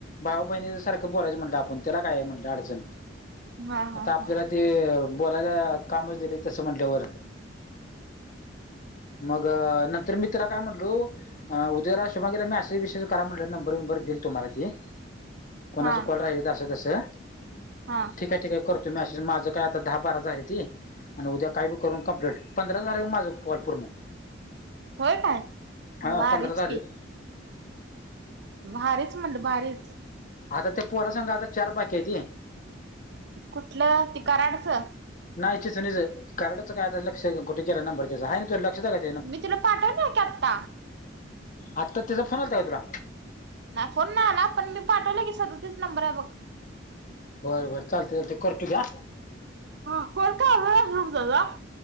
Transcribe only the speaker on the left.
भावा-बहिणी सारखं बोलायचं म्हटलं आपण. त्याला काय आहे म्हटलं अडचण.
आता
आपल्यात
ते बोलायला कामच दिलय तसं म्हटल्यावर. मग नंतर मी तीला काय म्हटलो अ उदयाला शुभांगिला मॅसेज-बिसेस करा म्हटलं, नंबर बिंबर देईल तुम्हाला ती. कोणाच
कॉल राहिल्यात असं तसं
ठीक. ठीकाय, करतो मेसेज माझं काय आता दहा बाराच राहील्याती. आणि उद्या काही बी करून कंप्लीट, पंधरा झाल्यात माझं कॉल पूर्ण.
हा
पंधरा झाले.
आता त्या पोरा संग आता चार बाकी हायती.
नाही चिचणीच कराडच काय, आता लक्षाय कुठे गेला नंबर त्याचा. आहे काय तुझ्या लक्षात हाय काय.
आत्ता त्यचा फोन आलता काय तुला.
बरं बरं, चालतय चालतय करतू घ्या.